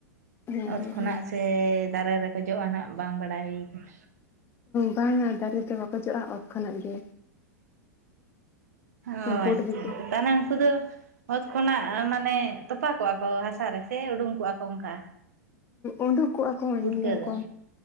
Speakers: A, on the left; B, on the right.
A: ᱦᱮᱸ ᱦᱮᱸ
B: ᱚᱛ ᱠᱷᱚᱱᱟᱜ ᱥᱮ ᱫᱟᱨᱮ ᱨᱮᱠᱚ ᱡᱚᱜᱼᱟ ᱱᱟᱜ ᱵᱟᱝ ᱵᱟᱲᱟᱭ ᱦᱩᱭ ᱠᱟᱱᱟ᱾
A: ᱵᱟᱝᱟ ᱫᱟᱨᱮ ᱫᱚ ᱵᱟᱠᱚ ᱡᱚᱜᱼᱟ ᱚᱛ ᱠᱷᱚᱱᱟᱜ ᱜᱮ
B: ᱚ,
A: ᱯᱩᱸᱰ
B: ᱟᱪᱪᱷᱟ
A: ᱜᱮᱠᱚ
B: ᱛᱟᱦᱞᱮ ᱩᱱᱠᱩ ᱫᱚᱼᱼ ᱚᱛ ᱠᱷᱚᱱᱟᱜ ᱢᱟᱱᱮ ᱛᱚᱯᱟ ᱠᱚᱜᱼᱟ ᱠᱚ ᱦᱟᱥᱟ ᱨᱮ, ᱥᱮ ᱩᱰᱩᱝ ᱠᱚᱜᱼᱟ ᱠᱚ ᱚᱱᱠᱟ᱾
A: ᱩᱰᱩᱠᱚᱜᱼᱟ ᱠᱚ
B: ᱯᱩᱴᱠᱟᱹ
A: ᱧᱮᱞ ᱧᱟᱢ
B: ᱫᱚ
A: ᱠᱚᱣᱟᱼᱼ